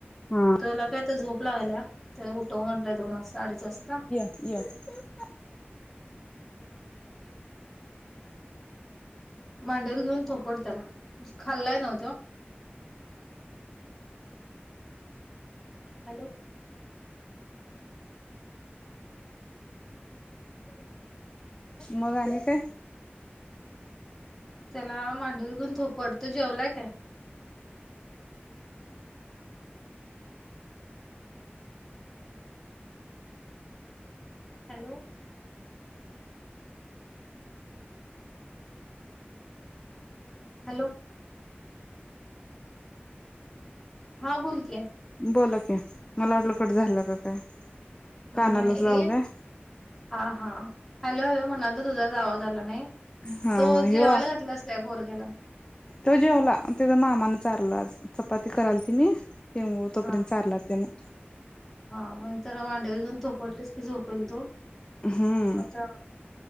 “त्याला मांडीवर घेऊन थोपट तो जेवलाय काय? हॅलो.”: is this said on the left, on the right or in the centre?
Centre